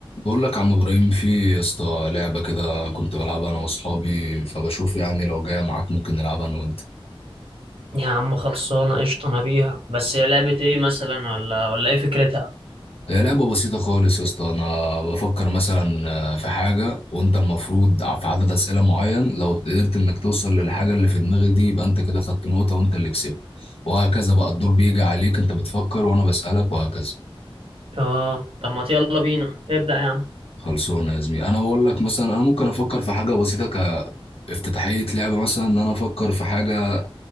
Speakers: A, on the left; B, on the right.
A: بقول لك يا عم ابراهيم في يا اسطى لعبه كده كنت بلعبها انا واصحابي فبشوف يعني لو جايه معاك ممكن نلعبها انا وانت
B: يا عم خلصانة قشطة أنا بيها بس هي لعبة إيه مثلا ولا ولا إيه فكرتها؟
A: هي لعبه بسيطه خالص يا اسطى انا بفكر مثلا في حاجه وانت المفروض في عدد اسئله معين لو قدرت انك توصل للحاجه اللي في دماغي دي يبقى انت كده خدت نقطه وانت اللي كسبت وهكذا بقى الدور بيجي عليك انت بتفكر وانا بسالك وهكذا
B: آه طب ما يلا بينا ابدأ يا عم
A: خلصونا يا زميلي انا بقول لك مثلا انا ممكن افكر في حاجه بسيطه كافتتاحيه لعبه مثلا ان انا افكر في حاجه